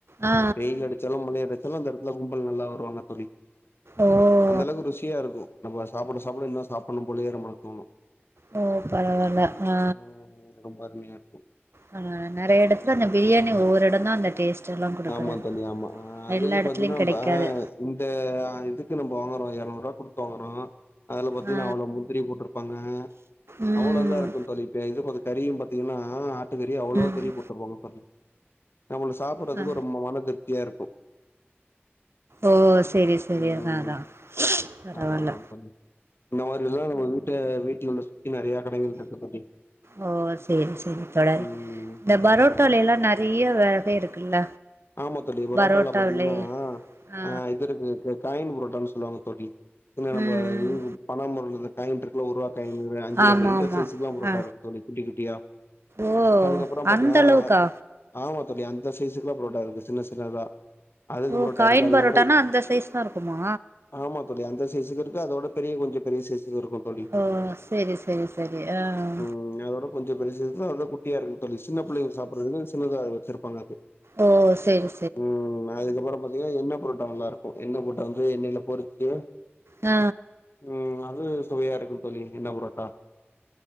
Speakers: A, on the right; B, on the left.
A: ஆ ஆ
B: வெயில் அடிச்சாலு மழை அடிச் சாலு அந்த இடத்துல கும்பல் நல்லா வருவாங்க தோழி
A: ஓ
B: அந்தளவுக்கு ருசியா இருக்கு நம்ம சாப்பிட சாப்பிட இன்னு சாப்பிடு போலேயே நம்மக்கு தோணு
A: ஓ பரவாயில்லா ஆ
B: ம் ரொம்ப அருமையா இருக்கு
A: ஆ நெறைய இடத்துல
B: ம்
A: அந்த பிரியாணி ஒவ்வொரு இடோ தா அந்த டேஸ்ட் எல்லா குடுக்குறது
B: ஆமா தோழி ஆமா ஆ அதுலையு
A: எல்லா எடத்துலயு
B: பாத்தீங்கன்னா
A: கெடைக்காது
B: ஆ இந்த இதுக்கு நம்ம வாங்குறோ எரநூறு ரூபா குடுத்து வாங்குறோ அதுல பாத்தீங்கன்னா
A: ஆ
B: அவ்ளோ முந்திரி போட்டிருப்பாங்க
A: ம்
B: அவ்ளோ இதா இருக்கு தோழிப்ப இ பாத் கறியு பாத்தீங்கன்னா ஆட்டு கறி அவ்ளோ
A: ம்
B: கறி போட்டுருப்பாங்க தோழி நம்ம சா ப்பறதுக்கு
A: ஆ
B: ரொம்ப மன திருப்தியா இருக்கு
A: ஓ சேரி சேரி
B: ம்
A: அதா அதா பரவாயில்ல
B: அதா அதா தோழி இந்த மாரி எல்லா நம்ம வீட்ட வீட்டுல உள்ள சுத்தி நெறைய கடைகள் இருக்கு தோழி
A: ஓ சேரி சேரி தோழர்
B: ம்
A: இந்த பரோட்டோ
B: அதா
A: ல்லாம் ந நெறைய வகை இருக்குல்ல
B: ஆமா தோழி பரோட்டால
A: பரோட்டாவிலயே
B: பாத்தீங்கன்னா
A: ஆ
B: அஹ் இது இருக்கு காயின் புரோட்டான்னு சொல்லுவாங்க தோழி என்னா நம்ம
A: ம் ம்
B: பண போறதுள்ள காயின் இருக்கு இல்ல ஒரு ரூபா காயின் அஞ்சு
A: ஆமா
B: ரூபா இண்டர்
A: ஆமா
B: சைஸக்கு எல்லாம் புரோட்டா
A: ஆ
B: இருக்கு தோழி குட்டி குட்டியா
A: ஓ
B: அதுக்கப்புறம் பாத்தீங்கன்னா
A: அந்த அளவுக்கா
B: ஆமா தோழி அந்த சைசுக்குல்லா ப்ரோடக்ட் இருக்கு சின்ன சின்னதா அதுக்கு
A: ஓ
B: புரோட்டா
A: காயின்
B: இருக்கு அதுக்கப்புறம்
A: பரோட்டானா அந்த சைஸ் தா இருக்குமா
B: ஆமா தோழி அந்த சைஸ் க்கு இருக்கு அதோட பெரிய கொஞ்ச பெரிய சைசுக்கு இருக்கும் தோழி
A: ஓ சேரி சேரி சரி ஆஹ்
B: ம்ம் அதோட கொஞ்ச பெரிய சைஸ் தா குட்டியா இருக்கு தோழி சின்ன பிள்ளைங்க சாப்டறதுக்கு சின்னதா வச்சருப்பாங்க அது
A: ஓ சேரி
B: ம் அதுக்கப்பற பாத்தீங்கன்னா எண்ணெ பரோட்டா நல்லா இருக்கும் எண்ணெய் புரோட்டா வந்து எண்ணெயில பொறிச்சு
A: ஆ
B: ம் அது சுவையா இருக்கும் தோழி என்ன புரோட்டா